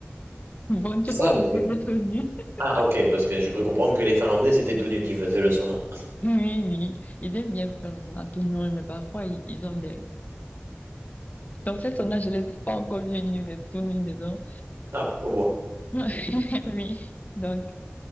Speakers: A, on the left; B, on the right.
A: Bon, tu
B: C'est
A: n'es
B: ça?
A: pas
B: parce
A: obligé
B: que-
A: d'être nu. <laughs>
B: Ah, ok, parce que je peux comprendre que les Finlandais, c'était tout nu qui faisaient le sauna.
A: Oui, oui, ils aiment bien faire le sauna tout nu, mais parfois, ils, ils ont des... Dans ces saunas, je ne l'ai pas encore vu une nue, tout nu dedans.
B: Ah, au bois.
A: <laughs> Oui, donc...